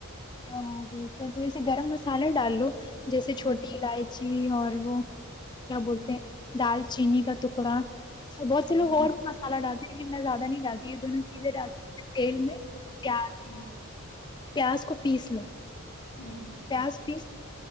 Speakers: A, on the left (about 20°); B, on the left (about 85°).
A: کیا تھوڑے س گرم مسالہ ڈال لو جیسے
B: ہوں
A: چھوٹی الائچی اور وہ کیا
B: ہوں
A: بولتے ہیں دال چینی کا تو <unintelligible> بتلو
B: ہوں
A: اور مسالا ڈال ل کتنا زیادہ نہیں ڈالی یہ دونوں چیزیں ڈالی ہیں تیل میں پیاز
B: ہاں
A: پیاز کو پیس لو
B: ہوں
A: پیاز پیس